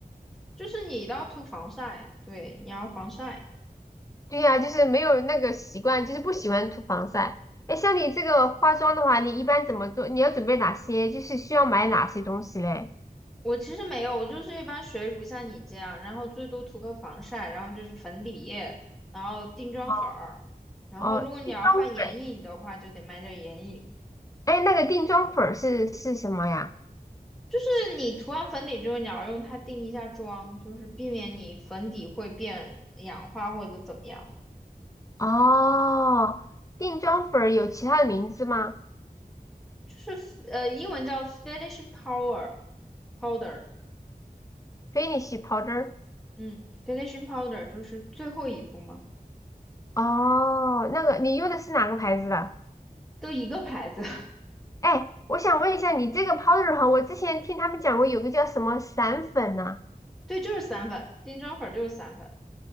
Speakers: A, in the centre; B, on the left (about 20°).
A: 就是你一定要涂防晒，对，你要防晒。
B: 对呀，就是没有那个习惯，就是不喜欢涂防晒。哎，像你这个化妆的话，你一般怎么做？你要准备哪些？就是需要买哪些东西嘞？
A: 我其实没有，我就是一般水乳像你这样，然后最多涂个防晒，然后就是粉底液，然后定妆粉儿，
B: 哦，
A: 然后如果你要画眼影的话，
B: 哦，定妆粉。
A: 就得买点眼影。
B: 哎，那个定妆粉儿是是什么呀？
A: 就是你涂完粉底之后，你要用它定一下妆，就是避免你粉底会变氧化或者怎么样的。
B: 哦，定妆粉儿有其他的名字吗
A: 就是呃，英文叫 finishing power powder。
B: ？Finish powder。
A: 嗯，finishing powder 就是最后一步吗？
B: 哦，那个你用的是哪个牌子的？
A: 都一个牌子，<laughs>
B: 哎，我想问一下，你这个 powder 哈，我之前听他们讲过有个叫什么散粉呢、
A: 对，就是散粉，定妆粉就是散粉，